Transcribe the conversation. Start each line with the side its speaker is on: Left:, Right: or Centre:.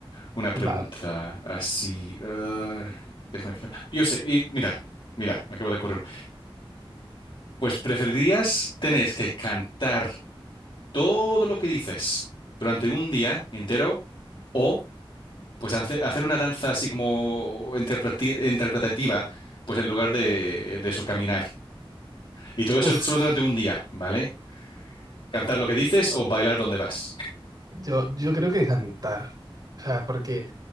Left: una pregunta
Right: Va,
Left: así. ah, déjame, pe- yo sé, y mira, mira, me acabo de correr. Pues, ¿preferirías tener que cantar todo lo que dices durante un día entero? o pues hace- hacer una danza así como interpreti- interpretativa, pues en lugar de, de eso, caminar. Y todo
Right: uff.
Left: eso solo durante un día, ¿vale? Cantar lo que dices o bailar donde vas.
Right: yo, yo creo que cantar. O sea, porque